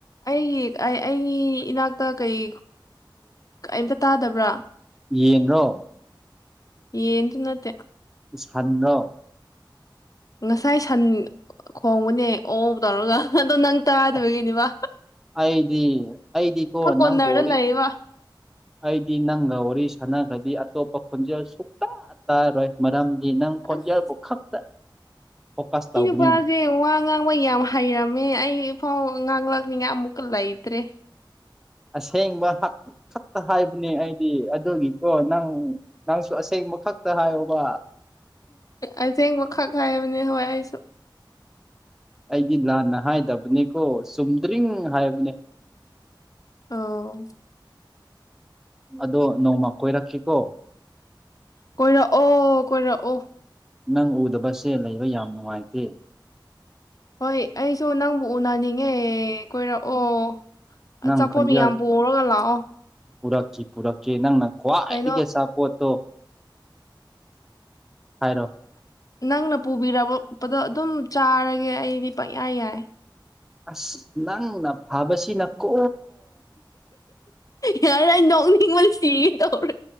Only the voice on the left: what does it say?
ꯑꯩꯒꯤ ꯑꯩꯒꯤ ꯏꯅꯥꯛꯇ ꯀꯩ ꯀꯝꯇ ꯇꯥꯗꯕ꯭ꯔꯥ
ꯌꯦꯟ ꯇ ꯅꯠꯇꯦ
ꯉꯁꯥꯏ ꯁꯟ ꯈꯣꯡꯕꯅꯦ ꯑꯣ ꯇꯧꯔꯒ ꯑꯣ ꯅꯪ ꯇꯥꯗꯕꯒꯤꯅꯤꯕ
ꯀꯣꯟꯅꯔꯗ
ꯂꯩꯌꯦꯕ
ꯑꯁ
ꯁꯤ
ꯅꯨꯄꯥꯁꯦ ꯋꯥ ꯉꯥꯡꯕ ꯌꯥꯝ ꯍꯩꯔꯝꯃꯦ ꯑꯩꯐꯥꯎ ꯉꯥꯡꯂꯛꯅꯤꯉꯥꯏ ꯑꯃꯨꯛꯀ ꯂꯩꯇ꯭ꯔꯦ
ꯑꯁꯦꯡꯕꯈꯛ ꯍꯥꯏꯕꯅꯦ ꯍꯣꯏ ꯑꯩꯁꯨ
ꯑꯥꯎ
ꯀꯣꯏꯔꯛꯑꯣ ꯀꯣꯏꯔꯛꯑꯣ
ꯍꯣꯏ ꯑꯩꯁꯨ ꯅꯪꯕꯨ ꯎꯅꯅꯤꯡꯉ ꯍ ꯀꯣꯏꯔꯛꯑꯣ
ꯑꯆꯥꯄꯣꯠ
ꯃꯤ ꯌꯥꯝ ꯄꯨꯔꯒ ꯂꯥꯛꯑꯣ
ꯀꯩꯅꯣ
ꯅꯪꯅ ꯄꯨꯕꯤꯔꯛꯄꯗꯣ ꯑꯗꯨꯝ ꯆꯥꯔꯒꯦ ꯑꯩꯗꯤ ꯄꯪꯌꯥ ꯌꯥꯏ
ꯌꯥꯔ ꯅꯣꯡꯅꯤ ꯍ ꯃꯥ ꯁꯤꯒ ꯇꯧꯔꯦ